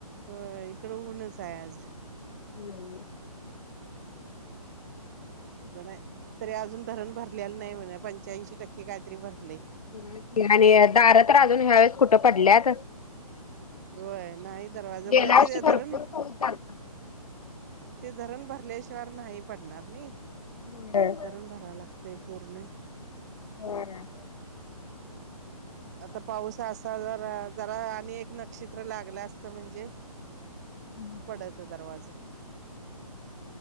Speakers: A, on the right (about 25°); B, on the left (about 70°).
A: होय, इकडं ऊनच हाय आज.
B: <unintelligible>
A: काय अवघड आहे तरी अजून धरण भरल्याल नाही म्हणे पंच्याऐंशी टक्के काहीतरी भरले.
B: <unintelligible> दारा तर अजून हाय कुठं पडल्यात?
A: होय नाही दरवाजा
B: गेल्या
A: ब तिथं
B: वर्षी भरपूर
A: धरण
B: पाऊस झालता.
A: ते धरण भरल्याशिवार नाही पडणार नाही.
B: होय.
A: धरण भराय लागते पूर्ण.
B: होय.
A: आता पाऊस असा जरा जरा आणि एक नक्षत्र लागलं असतं म्हणजे. <inaudible>
B: हम्म.
A: पडत हाय दरवाजे